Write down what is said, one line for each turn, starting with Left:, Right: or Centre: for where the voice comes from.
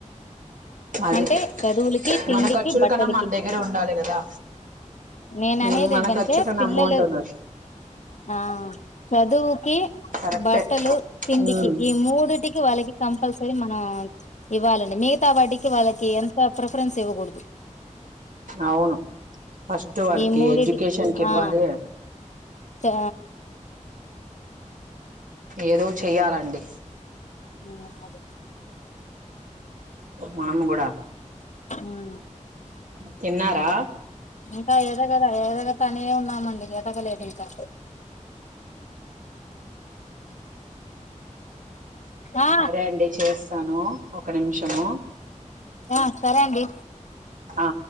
Right: అదే
Left: అంటే చదువులకి తిండికి
Right: మన ఖర్చుల
Left: బట్టలకి
Right: కన్నా మన దగ్గర ఉండాలి కదా
Left: నేన
Right: హ్మ్.
Left: అనేది
Right: మన
Left: ఏంటంటే
Right: ఖర్చుకన్నా
Left: పిల్లలు
Right: అమౌంట్ ఉన్నది
Left: ఆ చదువుకి
Right: కరెక్టే
Left: బట్టలు తిండికి
Right: ఉమ్
Left: ఈ మూడిటికి వాళ్ళకి కంపల్సరీ మనం ఇవ్వాలండి మిగతా వాటికి వాళ్ళకి ఎంత ప్రిఫరెన్స్ ఇవ్వకూడదు
Right: అవును ఫస్ట్ వాళ్ళకి
Left: ఈ మూడిటి
Right: ఎడ్యుకేషన్ కి ఇవ్వాలి
Left: ఆ ఆ
Right: ఏదో చెయ్యాలండి
Left: ఉ అదే
Right: మాము కూడా
Left: హమ్
Right: తిన్నారా
Left: ఇంకా ఎదగదా ఏదగ తని ఉన్నామండి ఎదగలేదు ఇంకా ఆ
Right: సరే అండి చేస్ తను ఒక నిమిషము
Left: ఆ సరే అండి
Right: ఆ